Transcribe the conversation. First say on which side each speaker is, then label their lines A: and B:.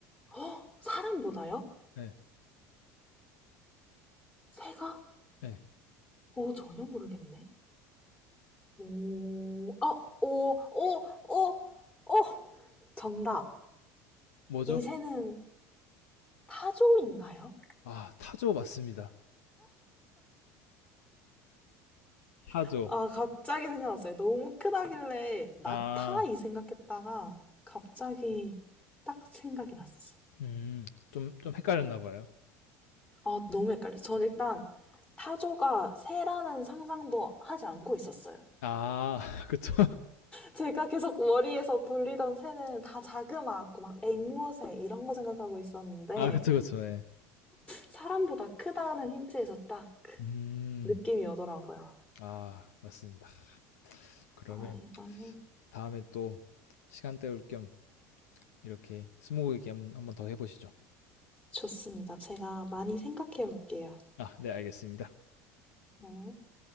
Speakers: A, on the left (about 15°); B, on the left (about 75°).
A: 허! 사람보다요?
B: 네,
A: 새가?
B: 예.
A: 어, 전혀 모르겠네. 오, 아, 오, 오, 오, 오! 정답.
B: 뭐죠?
A: 이 새는 타조인가요?
B: 아, 타조 맞습니다. 타조.
A: 아, 갑자기 생각났어요. 너무 크다길래 낙타
B: 아,
A: 이 생각했다가 갑자기 딱 생각이 났어.
B: 음, 좀, 좀 헷갈렸나 봐요.
A: 아, 너무 헷갈려. 전 일단 타조가 새라는 상상도 하지 않고 있었어요.
B: 아, <laughs> 그쵸.
A: 제가 계속 머리에서 돌리던 새는 다 자그마하고 막 앵무새 이런 거 생각하고 있었는데
B: 아, 그쵸, 그쵸. 예.
A: 사람보다 크다는 힌트에서 딱
B: 음,
A: 느낌이 오더라고요.
B: 아, 맞습니다. 그러면
A: 아, 이거는
B: 다음에 또 시간 때울 겸 이렇게 스무고개 한번 더 해보시죠.
A: 좋습니다. 제가 많이 생각해 볼게요
B: 아, 네, 알겠습니다.
A: 네.